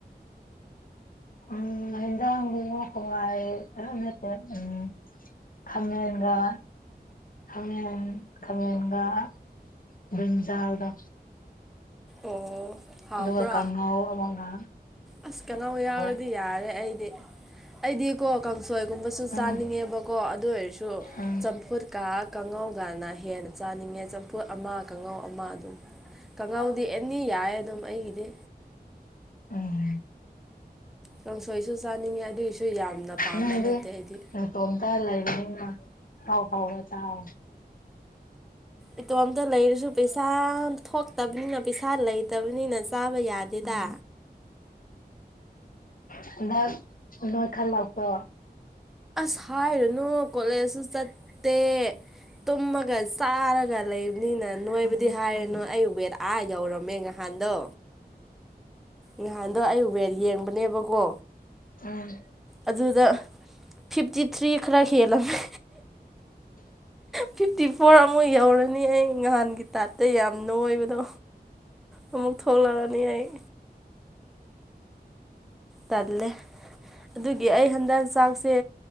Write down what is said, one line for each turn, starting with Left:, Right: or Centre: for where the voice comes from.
Left: ꯎꯝ ꯍꯦꯟꯖꯥꯡ ꯗꯨꯅ ꯍꯋꯥꯏ ꯑꯩ ꯅꯠꯇꯦ ꯎꯝ ꯈꯥꯃꯦꯟꯒ ꯈꯥꯃꯦꯟ ꯈꯥꯃꯦꯟꯒ ꯕ꯭ꯔꯤꯟꯖꯥꯜꯒ
Centre: ꯑꯣ ꯍꯥꯎꯕ꯭ꯔꯣ
Left: ꯑꯗꯨꯒ ꯀꯥꯡꯉꯧ ꯑꯃꯒ
Centre: ꯑꯁ ꯀꯅꯣ
Left: ꯇꯧꯋꯦ
Centre: ꯌꯥꯎꯔꯗꯤ ꯌꯥꯔꯦ ꯑꯩꯗꯤ ꯑꯩꯗꯤꯀꯣ ꯀꯥꯡꯁꯣꯏꯒꯨꯝꯕꯁꯨ
Left: ꯎꯝ
Centre: ꯆꯥꯅꯤꯡꯉꯦꯕꯀꯣ ꯑꯗꯨ ꯑꯣꯏꯔꯁꯨ
Left: ꯎꯝ
Centre: ꯆꯝꯐꯨꯠꯀ ꯀꯥꯡꯉꯧꯒꯅ ꯍꯦꯟꯅ ꯆꯥꯅꯤꯡꯉꯦ ꯆꯝꯐꯨꯠ ꯑꯃ ꯀꯥꯡꯉꯥꯎ ꯑꯃ ꯑꯗꯨꯝ ꯀꯥꯡꯉꯥꯎꯗꯤ ꯑꯦꯅꯤ ꯌꯥꯏ ꯑꯗꯨꯝ ꯑꯩꯒꯤꯗꯤ
Left: ꯎꯝ
Centre: ꯀꯥꯡꯁꯣꯏꯁꯨ ꯆꯥꯅꯤꯡꯉꯦ ꯑꯗꯨꯏꯁꯨ ꯌꯥꯝꯅ ꯄꯥꯝꯕ
Left: ꯅꯪꯗꯤ
Centre: ꯅꯠꯇꯦ ꯑꯩꯗꯤ
Left: ꯅꯇꯣꯝꯇ ꯂꯩꯕꯅꯤꯅ ꯍꯥꯎ ꯍꯥꯎꯅ ꯆꯥꯎ
Centre: ꯏꯇꯣꯝꯇ ꯂꯩꯔꯁꯨ ꯄꯩꯁꯥ ꯊꯣꯛꯇꯕꯅꯤꯅ ꯄꯩꯁꯥ ꯂꯩꯇꯕꯅꯤꯅ ꯆꯥꯕ ꯌꯥꯗꯦꯗ
Left: ꯍꯟꯗꯛ ꯅꯣꯏ ꯈꯜꯂꯛꯄ꯭ꯔꯣ
Centre: ꯁꯥꯏꯔꯨꯅꯨ ꯀꯣꯂꯦꯖꯁꯨ ꯆꯠꯇꯦ ꯇꯨꯝꯃꯒ ꯆꯥꯔꯒ ꯀ ꯂꯩꯕꯅꯤꯅ ꯅꯣꯏꯕꯨꯗꯤ ꯍꯥꯏꯔꯤꯨꯅꯨ ꯑꯩ ꯋꯦꯠ ꯑꯥ ꯌꯧꯔꯝꯃꯦ ꯉꯍꯥꯟꯗꯣ ꯅꯍꯥꯟꯗꯣ ꯑꯩ ꯋꯦꯠ ꯌꯦꯡꯕꯅꯦꯕꯀꯣ
Left: ꯎꯝ
Centre: ꯑꯗꯨꯗ ꯐꯤꯞꯇꯤ ꯊ꯭ꯔꯤ ꯈꯔ ꯍꯦꯜꯂꯝꯃꯦ
Left: <unintelligible>
Centre: ꯐꯤꯐꯇꯤ ꯐꯣꯔ ꯑꯃꯨꯛ ꯌꯧꯔꯅꯤ ꯑꯩ ꯅꯍꯥꯟꯒꯤ ꯇꯥꯏꯞꯇ ꯌꯥꯝꯅ ꯑꯣꯏꯕꯗꯣ ꯑꯃꯨꯛ ꯊꯣꯡꯂꯛꯑꯅꯤ ꯑꯩ ꯇꯜꯂꯦ ꯑꯗꯨꯒꯤ ꯑꯩ ꯍꯟꯗꯛ ꯆꯥꯛꯁꯦ